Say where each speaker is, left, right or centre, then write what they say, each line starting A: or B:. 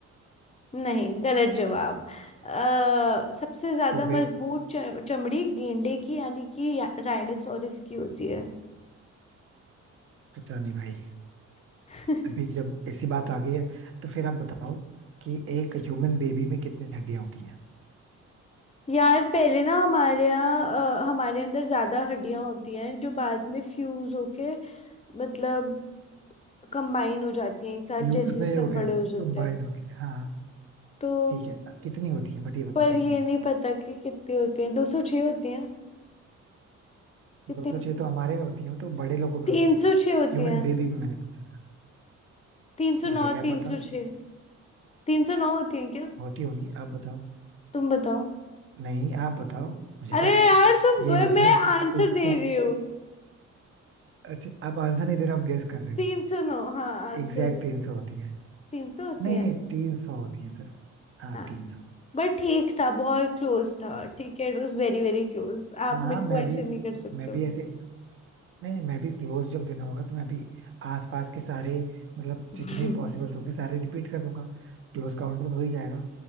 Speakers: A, on the left (about 20°); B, on the right (about 45°).
A: नहीं गलत जवाब अ सबसे ज्यादा
B: तो फिर
A: मजबूत च- चमड़ी गेंडे की यानी कि राइनोसोरस की होती है
B: पता नहीं भाई
A: <laughs>
B: अभी जब ऐसी बात आ गई है तो फिर आप बताओ कि एक ह्यूमन बेबी में कितनी हड्डियां होती हैं
A: यार पहले ना हमारे यहाँ अ, हमारे अंदर ज्यादा हड्डियां होती हैं जो बाद में फ्यूज होके मतलब कंबाइन हो जाती हैं एक साथ
B: फ्यूज
A: जैसे जैसे
B: नहीं हो
A: हम बड़े
B: गए
A: हो जाते
B: कंबाइन
A: हैं
B: हो गए हाँ
A: तो
B: ठीक है अब कितनी होती है बट ये बताओ
A: पर
B: कितनी
A: ये नहीं पता कि कितनी होती हैं दो सौ छह होती हैं कितनी
B: दो सौ
A: होती
B: छह
A: हैं
B: तो हमारे में होती है तो बड़े लोगों में
A: तीन
B: होती है ह्यूमन
A: सौ छह होती हैं
B: बेबी में मैंने पूछा था
A: तीन सौ
B: मुझे
A: नौ
B: क्या
A: तीन
B: पता
A: सौ छह तीन सौ नौ होती हैं क्या
B: होती होंगी आप बताओ
A: तुम बताओ
B: नहीं आप बताओ मुझे
A: अरे
B: क्या पता
A: यार तुम
B: ये होती
A: मैं
B: है
A: आंसर
B: एग्जैक्ट
A: दे रही हूँ
B: अच्छा आप आंसर नहीं दे रहे हो, आप गेस कर रहे
A: तीन
B: हो
A: सौ नौ हाँ आंसर
B: एग्जैक्ट तीन सौ होती है
A: तीन सौ होती
B: नहीं
A: है
B: नहीं तीन सौ होती है सिर्फ हाँ
A: हाँ
B: तीन सौ
A: बट ठीक था बहुत क्लोज था ठीक है It was very very close आप
B: हाँ
A: मेरे
B: हाँ,
A: को
B: मैं
A: ऐसे
B: भी
A: नहीं कर सकते
B: मैं
A: हो।
B: भी ऐसे नहीं नहीं मैं भी क्लोज जब देना होगा तो मैं भी आसपास के सारे मतलब
A: <laughs>
B: जितने पॉसिबल होंगे सारे रिपीट कर दूंगा क्लोज काउंटर हो ही जाएगा